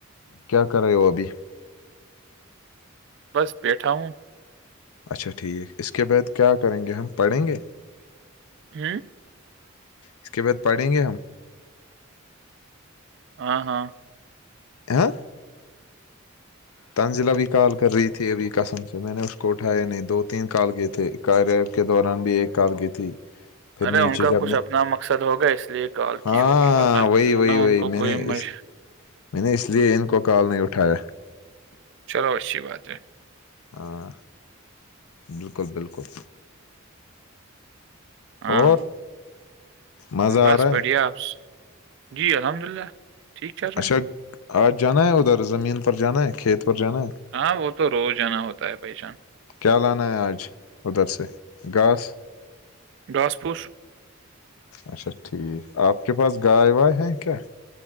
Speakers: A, on the left; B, on the right.
A: کیا کر رہے ہو ابھی-
B: بس بیٹھا ہوں-
A: اچھا ٹھیک اس کے بعد کیا کریں گے ہم پڑھیں گے-
B: جی
A: اس کے بعد پڑھیں گے ہم
B: ہ ہاں
A: ہاں تانزلا بھی کال کر رہی تھی ابھی قسم سے میں نے اس کو اٹھائے نہیں دو تین کال کیے تھے کیہ کے دوران بھی ایک کال کی تھی
B: <unintelligible>
A: پھر
B: ارے
A: نیچے
B: ان کا
A: جب
B: کچھ
A: میں
B: اپنا مقصد ہوگا اس لیے کال
A: ہاں
B: کی ہوگی ورنہ
A: وہی وہی
B: ورنہ
A: وہی
B: ان کو
A: میں
B: کوئی
A: نے
B: مج
A: اس میں نے اس لیے ان کو کال نہیں اٹھایا
B: چلو اچھی بات ہے
A: ہاں بالکل بالکل
B: ہاں
A: اور مزہ آ
B: بس
A: رہا
B: پڑھیا
A: ہے
B: آپ جی الحمد للہ ٹھیک چل رہا
A: اچھا
B: ہے
A: آج جانا ہے ادھر زمین پر جانا ہے کھیت پر جانا ہے
B: ہاں وہ تو روز جانا ہوتا ہے بھائی جان
A: کیا لانا ہے آج ادھر سے گھاس
B: ڈاس پوش
A: اچھا ٹھیک آپ کے پاس گائےائے وائےائے ہے کیا کیا